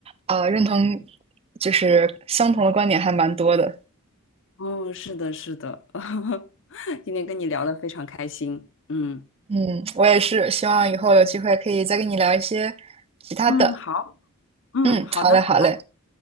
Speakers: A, on the right; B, on the left.
A: 啊呃认同，就是相同的观点还蛮多的。
B: 哦，是的，是的，<laughs> 今天跟你聊得非常开心，嗯
A: 嗯，我也是，希望以后有机会可以再跟你聊一些其他的。
B: 嗯，好，嗯，
A: 嗯，
B: 好的，
A: 好嘞，
B: 好的，
A: 好嘞，